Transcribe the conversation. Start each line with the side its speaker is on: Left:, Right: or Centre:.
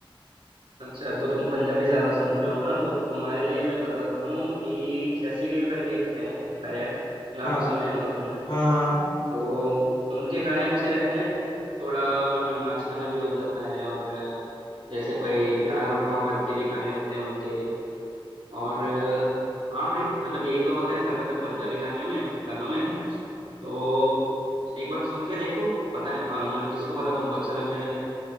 Right: अच्छा तो तुम पंजाबी ज्यादा सुनते हो ना तो तुम्हारे लिए मैं बताता हूँ कि जैसी गिल करके एक है गायक नाम
Left: हाँ
Right: तो सुना ही होगा तुमने
Left: हाँ हाँ
Right: तो उनके गाने अच्छे रहते हैं थोड़ा मतलब नाच गाना भी हो जाता है और जैसे कोई प्यार और मोहब्बत के भी गाने होते हैं उनके और अ, हाँ भाई मतलब यही तो होता है ज्यादातर पंजाबी गानियों में गानों में
Left: हम्म,
Right: तो एक बार सुन के देखो पता है पा- मतलब किसको पता तुमको अच्छा लगने लगे